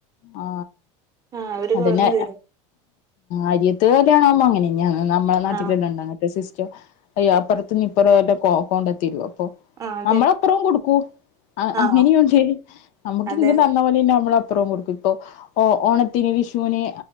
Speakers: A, on the left (about 50°); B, on the right (about 20°).
A: ആ
B: ആഹ് അവര്
A: അതന്നെ
B: കൊടുന്ന് തരും
A: അരിയത്ത് കല്യാണ ആവുമ്പോ അങ്ങനെന്നാണ് നമ്മുടെ നാട്ടിലെല്ലാം
B: ആഹ്
A: ഉണ്ടങ്ങനത്തെ സിസ്റ്റം അയ്യ അപ്പുറത്ത നിന്ന് ഇപ്പുറ എല്ലാം കൊണ്ട തരോ അപ്പൊ
B: ആഹ് അതെ
A: നമ്മളെപ്പരം കൊടുക്കും ആ അങ്ങനെയുണ്ട്
B: ആഹ്
A: നമ്മുക്ക്
B: അതെ
A: ഇങ് തന്ന പോലെ തന്നെ നമ്മള അപ്പുറം കൊടുക്കും ഇപ്പൊ ഓ ഓണത്തിന് വിഷുവിന്